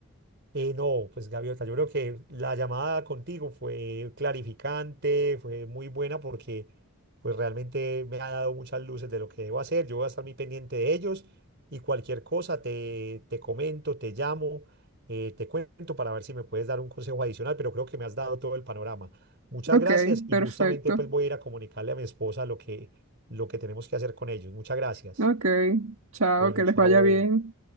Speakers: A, on the right; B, on the right.
A: Eh, no, pues Gaviota, yo creo que la llamada contigo fue clarificante, fue muy buena porque pues realmente me ha dado muchas luces de lo que debo hacer. Yo voy a estar muy pendiente de ellos y cualquier cosa te, te comento, te llamo, eh, te cuento para ver si me puedes dar un consejo adicional, pero creo que me has dado todo el panorama. Muchas
B: Ok,
A: gracias y
B: perfecto.
A: justamente pues voy a ir a comunicarle a mi esposa lo que, lo que tenemos que hacer con ellos. Muchas gracias.
B: Ok, chao,
A: Bueno,
B: que les
A: chao.
B: vaya bien.